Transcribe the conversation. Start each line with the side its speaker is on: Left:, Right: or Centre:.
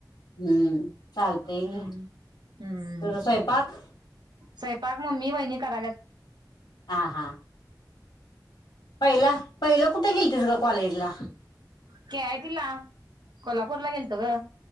Left: हम्म चालतंय
Right: हम्म
Left: घे
Right: हम्म.
Left: तुझं स्वयंपाक?
Right: स्वयंपाक मम्मी वहिणी कराल्यात
Left: हा हा पहिला पहिलं कुठे गेलतीस गं कॉलेजला?
Right: के. आय. टीला कोल्हापूरला गेलतो गं.